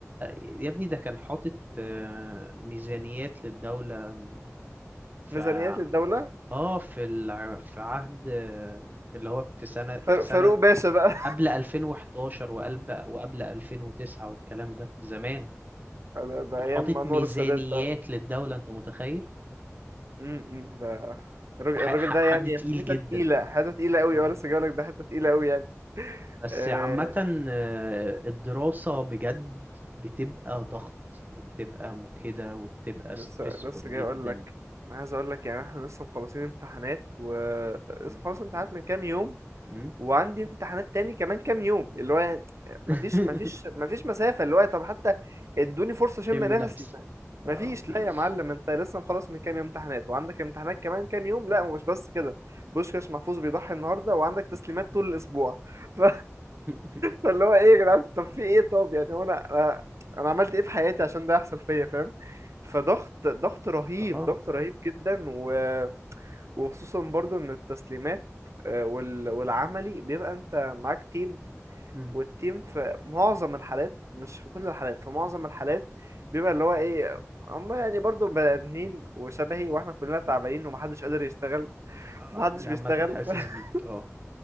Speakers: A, on the right; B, on the right.
A: يا ابني ده كان حاطط آه، ميزانيات للدولة في
B: ميزانيات
A: ع-
B: للدوله
A: اه في الع... في عهد آه، اللي هو في سنة
B: فاروق
A: في سنة
B: فاروق باشا بقى
A: قبل 2011 وقلب وقبل 2009 والكلام ده زمان
B: <laughs> ده, ده
A: كان
B: ايام
A: حاطط
B: انور
A: ميزانيات
B: السادات بقى
A: للدولة انت متخيل
B: امم أمم، ده الراجل
A: ح-
B: الراجل
A: ح-
B: ده
A: حد
B: يعني
A: تقيل
B: حته
A: جدا
B: تقيله حته تقيله قوي
A: اه
B: وانا لسه جاي لك ده حته تقيله قوي يعني
A: بس
B: آه
A: عامة آه، الدراسة بجد بتبقى ضغط وبتبقى مجهدة وبتبقى
B: لسه
A: ستريسفول
B: لسه جاي
A: جدا
B: اقول لك عايز اقول لك يعني احنا لسه مخلصين امتحانات و لسه
A: مم.
B: خلاص امتحانات من كام يوم
A: م?
B: وعندي امتحانات تاني كمان كام يوم اللي هو يعني مفيش
A: <laughs>
B: مفيش مفيش مسافة اللي هو طب حتى ادوني فرصة اشم
A: شم
B: نفسي
A: نفسي
B: ما-
A: اه
B: مفيش
A: مفيش
B: لا يا معلم انت لسه مخلص من كام يوم امتحانات وعندك امتحانات كمان كام يوم لا مش بس كده بوشكاش محفوظ بيضحي النهارده وعندك تسليمات طول الاسبوع <laughs> ف...
A: <laughs>
B: فاللي هو ايه يا جدعان طب في ايه طب يعني هو انا انا أنا عملت ايه في حياتي عشان ده يحصل فيا فاهم فضغط ضغط رهيب
A: اه
B: ضغط رهيب جدا و... وخصوصا برضو ان التسليمات آه، وال- والعملي بيبقى انت معاك تيم
A: م.
B: والتيم في معظم الحالات مش في كل الحالات في معظم الحالات بيبقى اللي هو ايه هم يعني برضو بني ادمين وشبهي واحنا كلنا تعبانين ومحدش قادر يشتغل <laughs>
A: اه
B: فمحدش
A: عامة
B: بيشتغل
A: حاسس
B: ف... <laughs>
A: بيك اه